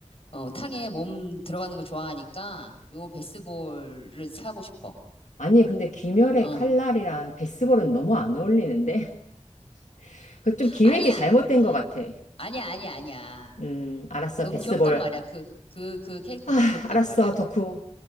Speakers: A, on the left; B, on the left.
A: 어, 탕에 몸 들어가는 거 좋아하니까 요 베스볼을 사고 싶어.
B: 아니, 근데 귀멸의
A: 어,
B: 칼날이랑 베스볼은 너무 안 어울리는데? <laughs> 그 좀 기획이
A: 아니야,
B: 잘못된 것 같아.
A: 아니야, 아니야, 아니야.
B: 음, 알았어,
A: 너무
B: 베스볼.
A: 귀엽단 말이야. 그, 그, 그 캐릭터 너무
B: <sighs> 하,
A: 귀엽단
B: 알았어,
A: 말이야.
B: 덕후.